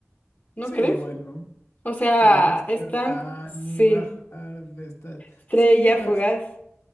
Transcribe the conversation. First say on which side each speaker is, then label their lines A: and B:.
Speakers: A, on the left; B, on the left.
A: ¿No
B: Sí,
A: crees?
B: bueno,
A: O sea,
B: sin despertar
A: están, sí,
B: ni bajar de esta.
A: estrella
B: Sí, pues,
A: fugaz,